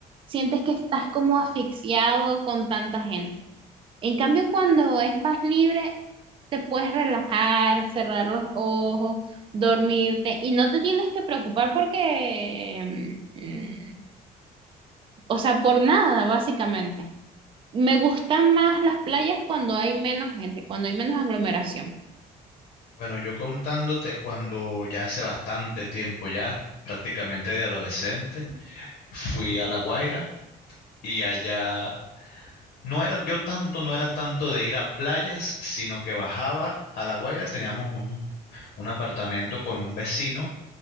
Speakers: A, on the right; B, on the left.
A: sientes que estás como asfixiado con tanta gente. En cambio, cuando es más libre, te puedes relajar, cerrar los ojos, dormirte y no te tienes que preocupar porque, mm, o sea, por nada, básicamente. Me gustan más las playas cuando hay menos gente, cuando hay menos aglomeración.
B: Bueno, yo contándote cuando ya hace bastante tiempo ya, prácticamente de adolescente, fui a La Guaira y allá no era yo tanto, no era tanto de ir a playas, sino que bajaba a La Guaira, teníamos un, un apartamento con un vecino